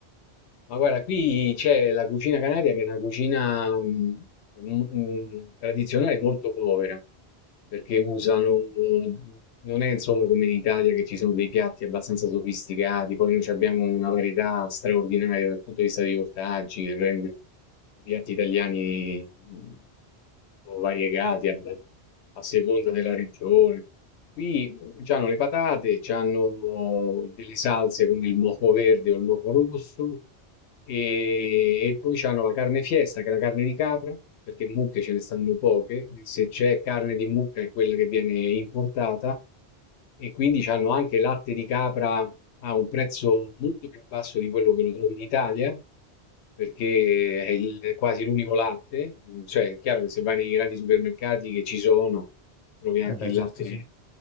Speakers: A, on the left; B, on the left.
A: Ma guarda, qui c'è la cucina canaria che è una cucina mm, mm, tradizionale molto povera, perché usano, eh, non è insomma come in Italia che ci sono dei piatti abbastanza sofisticati, poi noi ci abbiamo una varietà straordinaria dal punto di vista degli ortaggi, che rende i piatti italiani mh, sono variegati a, a seconda della regione. Qui hanno le patate, hanno delle salse come il moco verde o il moco rosso, e, e poi c'hanno la carne fiesta, che è la carne di capra, perché mucche ce ne stanno poche, se c'è carne di mucca è quella che viene importata, e quindi c'hanno anche latte di capra a un prezzo molto più basso di quello che lo trovi in Italia, perché è, il- è quasi l'unico latte, cioè è chiaro che se vai nei grandi supermercati che ci sono, trovi anche
B: Eh beh,
A: il
B: certo,
A: latte,
B: sì.